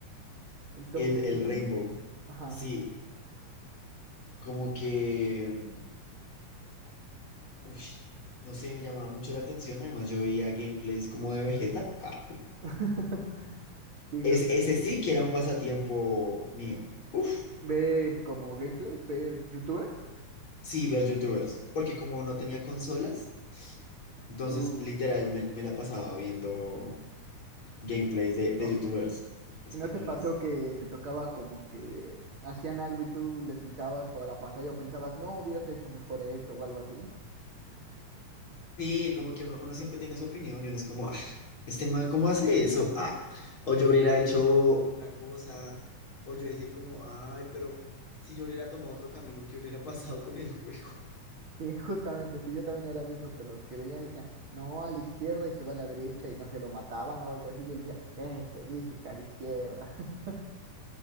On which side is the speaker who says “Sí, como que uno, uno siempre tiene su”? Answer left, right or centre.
Left